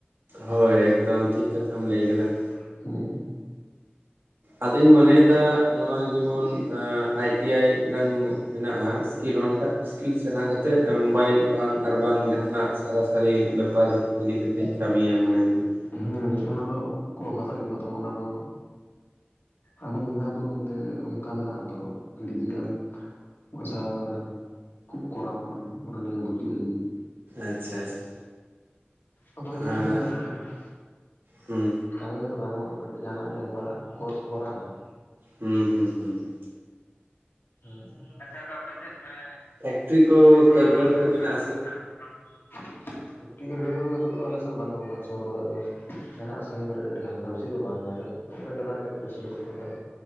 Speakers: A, on the right; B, on the left.
A: ᱦᱳᱭ ᱮᱠᱫᱚᱢ ᱴᱷᱤᱠ ᱠᱟᱛᱷᱟᱢ ᱞᱟᱹᱭ ᱠᱟᱫᱟ ᱾
B: ᱦᱩᱸ ᱼᱼ
A: ᱟᱫᱚᱧ ᱢᱚᱱᱮᱭᱫᱟ ᱱᱚᱣᱟ ᱡᱮᱢᱚᱱ ᱼᱼ ᱟᱭ ᱴᱤ ᱟᱭ ᱢᱤᱫᱴᱟᱝ ᱢᱮᱱᱟᱜᱼᱟ ᱤᱥᱠᱤᱞ ᱚᱱᱴᱟᱜ ᱾ ᱤᱥᱠᱤᱞ ᱥᱮᱬᱟ ᱠᱟᱛᱮᱫ ᱢᱳᱵᱟᱭᱤᱞ ᱵᱟᱝ ᱟᱨ ᱵᱟᱝ ᱡᱟᱦᱟᱱᱟᱜ ᱥᱟᱨᱟᱥᱟᱹᱨᱤ ᱵᱮᱯᱟᱨ ᱼᱼ ᱤᱫᱤ ᱠᱟᱛᱮᱧ ᱠᱟᱹᱢᱤᱭᱟ ᱢᱚᱱᱮᱭ ᱫᱟᱹᱧ ᱾
B: ᱦᱩᱸ ᱚᱱᱟ ᱫᱚ ᱠᱚ ᱦᱟᱛᱟᱣᱮᱫ ᱠᱚᱣᱟ ᱛᱚ ᱚᱱᱟ ᱫᱚ ᱼᱼ ᱟᱵᱚ ᱢᱮᱫᱽᱱᱟᱯᱩᱨ ᱚᱱᱛᱮ ᱚᱱᱠᱟ ᱢᱮᱱᱟᱜ-ᱟ ᱛᱚ ᱜᱤᱫᱤ ᱮᱢ ᱥᱟᱶᱨᱮᱱ ᱼᱼ ᱠᱷᱩᱵ ᱠᱚᱨᱟᱣ ᱟᱢ ᱚᱱᱟ ᱱᱤᱭᱮᱢ ᱵᱷᱩᱨᱛᱤᱜ ᱞᱟᱹᱜᱤᱫ ᱾
A: ᱟᱪᱪᱷᱟ ᱟᱪᱪᱷᱟ
B: ᱟᱫᱚ ᱤᱧᱦᱚᱸ
A: ᱟᱨ
B: ᱢᱚᱱᱮᱜ ᱠᱟᱱᱟ ᱾
A: ᱦᱩᱸ
B: ᱦᱮᱸ ᱛᱚᱵᱮ ᱟᱴᱦᱚ ᱠᱟᱹᱴᱤᱡ ᱡᱟᱦᱟᱱᱟᱜ ᱜᱮ ᱠᱚᱨᱟᱣ ᱠᱳᱨᱥ ᱠᱚᱨᱟᱣ ᱢᱮ ᱾
A: ᱦᱩᱸ ᱦᱩᱸ ᱦᱩᱸ ᱾
B: ᱦᱮᱸ ᱟᱪᱷᱟ ᱟᱫᱚ ᱟᱯᱮ ᱥᱮᱫ ᱮᱸ ᱟ.
A: ᱯᱷᱮᱠᱴᱨᱤ ᱠᱚ
B: ᱪᱠᱟ. ᱫᱚ
A: ᱠᱟᱹᱨᱜᱟᱹᱲ
B: ᱫᱟ.
A: ᱠᱚ
B: ᱨ
A: ᱢᱮᱱᱟᱜ
B: -ᱫᱟ. ᱨ ᱫᱚ ᱢᱮᱱᱟ ᱟᱥᱮ ᱵᱟᱝ? <unintelligible> ᱠᱚᱫᱚ ᱱᱤᱛᱚᱜ ᱫᱚ ᱟᱞᱮ ᱥᱮᱫ ᱫᱚ ᱵᱟᱹᱱᱩᱜ ᱟᱱᱟ ᱥᱚᱨᱵᱚᱨᱟᱜ ᱫᱚ ᱾ ᱢᱮᱱᱟᱜᱼᱟ ᱥᱟᱺᱜᱤᱧ ᱠᱚᱨᱮ ᱟᱹᱰᱤ ᱦᱟᱞᱠᱟ ᱵᱮᱥᱤ ᱫᱚ ᱵᱟᱝ ᱠᱟᱹᱴᱤᱡ ᱚᱱᱠᱟ ᱪᱟᱞᱟᱜ ᱦᱩᱭᱩᱜ-ᱟ ᱛᱤᱨᱤᱥ ᱪᱟ. ᱞᱤᱥ ᱠᱤᱞᱳᱢᱤᱴᱟᱨ